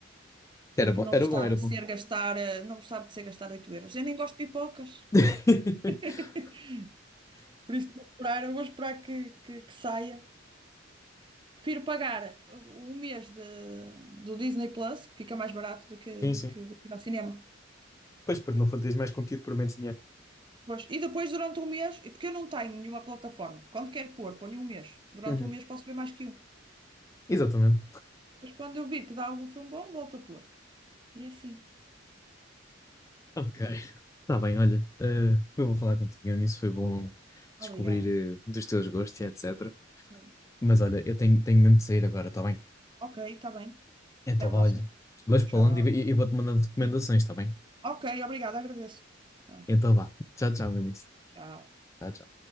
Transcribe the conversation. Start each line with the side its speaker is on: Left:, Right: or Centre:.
Left: Era
Right: porque
Left: bom,
Right: não
Left: era
Right: me está
Left: bom,
Right: a
Left: era
Right: apetecer
Left: bom.
Right: gastar, eh, não me está a apetecer gastar 8 euros. Eu nem gosto de pipocas.
Left: <laughs>
Right: <laughs> Por isso vou esperar, eu vou esperar que, que, que saia. Prefiro pagar um mês de, do Disney Plus, que fica mais barato do que,
Left: Sim,
Right: do
Left: sim.
Right: que, do que ir ao cinema.
Left: Pois, porque não tens mais conteúdo por menos dinheiro.
Right: Pois. E depois, durante um mês, e porque eu não tenho nenhuma plataforma, quando quero pôr, ponho um mês. Durante
Left: Uhum,
Right: um mês posso ver mais que um.
Left: Exatamente.
Right: Mas quando eu vir que dá algum filme bom, volto a pôr. E é assim.
Left: Ok. Tá bem, olha. eh, foi bom falar contigo, nisso foi bom descobrir
Right: Obrigada.
Left: eh, dos teus gostos e etc.
Right: Sim.
Left: Mas olha, eu tenho, tenho mesmo de sair agora, tá bem?
Right: Ok, está bem.
Left: Então,
Right: Até à
Left: vá,
Right: próxima.
Left: olha. Vais falando
Right: Tchau.
Left: e, e e vou-te mandando recomendações,
Right: Sim.
Left: tá bem?
Right: Ok, obrigada, agradeço. Tchau.
Left: Então vá. Tchau, tchau, Vinícius.
Right: Tchau.
Left: Tchau, tchau.